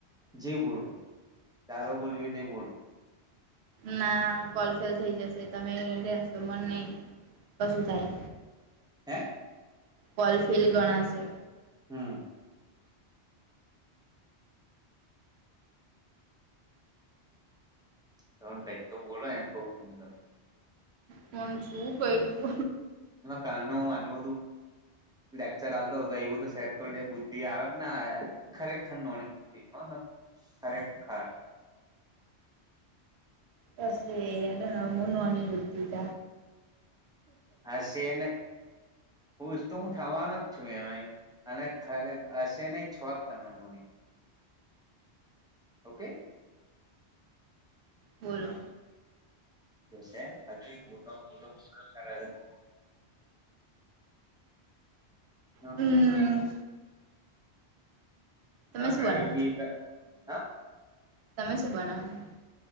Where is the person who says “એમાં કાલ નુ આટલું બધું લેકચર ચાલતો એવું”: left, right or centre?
Centre